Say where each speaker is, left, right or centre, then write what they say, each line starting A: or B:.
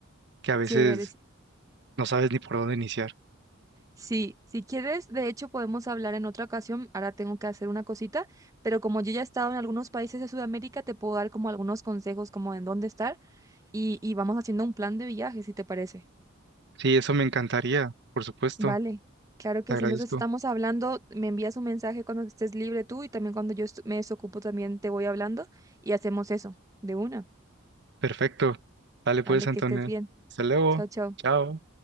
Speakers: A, on the right; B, on the right.
A: que a veces
B: chévere.
A: no sabes ni por dónde iniciar.
B: Sí, si quieres, de hecho podemos hablar en otra ocasión. Ahora tengo que hacer una cosita, pero como yo ya he estado en algunos países de Sudamérica, te puedo dar como algunos consejos como en dónde estar y, y vamos haciendo un plan de viaje, si te parece.
A: Sí, eso me encantaría, por supuesto.
B: Vale, claro que
A: Te agradezco.
B: sí. Entonces estamos hablando, me envías un mensaje cuando estés libre tú y también cuando yo estu- me desocupo también te voy hablando y hacemos eso de una.
A: Perfecto. Dale pues,
B: Vale,
A: Antonio.
B: que estés bien.
A: Hasta luego.
B: Chao, chao.
A: Chao.